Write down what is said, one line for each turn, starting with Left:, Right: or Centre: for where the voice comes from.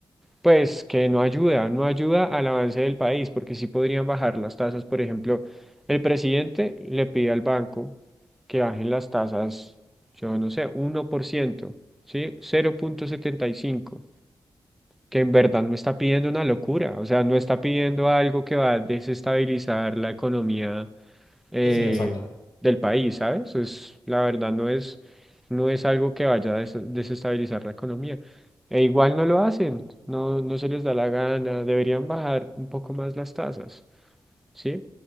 Centre: pues que no ayuda, no ayuda al avance del país, porque sí podrían bajar las tasas. Por ejemplo, el presidente le pide al banco que bajen las tasas, yo no sé, uno por ciento ¿sí? cero punto setenta y cinco que en verdad no está pidiendo una locura, o sea, no está pidiendo algo que va a desestabilizar la economía eh,
Left: Sí, sí, exacto.
Centre: del país, ¿sabes? Es, la verdad no es, no es algo que vaya a des- desestabilizar la economía. E igual no lo hacen, no, no se les da la gana, deberían bajar un poco más las tasas, ¿sí?